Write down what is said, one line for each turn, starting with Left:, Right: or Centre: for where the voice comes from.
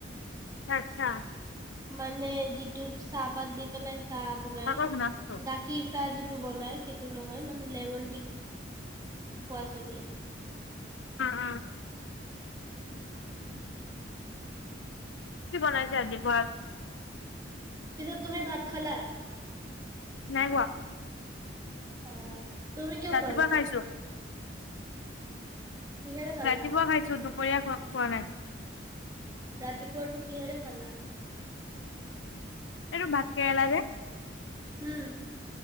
Left: আচ্ছা, আচ্ছা।
Right: মানে যিটো চাহপাত দি পেলাই চাহ বনাই
Left: শাকৰ নাচটো
Right: গাখীৰ চাহ যিটো টো বনাই সেইটো নহয় মানে লেমন টি খোৱা চলি আছিলে।
Left: উম।
Right: <unintelligible>
Left: কি বনাইছে আজিৰ ঘৰত?
Right: পিছত তুমি ভাত খালা?
Left: নাই খোৱা
Right: অ'। তুমি কিয়
Left: ৰাতিপুৱা
Right: খোৱা নাই?
Left: খাইছো
Right: কিহেৰে খালা?
Left: ৰাতিপোৱা খাইছো, দু <unintelligible> খো-খোৱা নাই।
Right: ৰাতিপুৱাৰটো কিহেৰে খালা?
Left: এইটো ভাতকেৰেলা যে
Right: উম।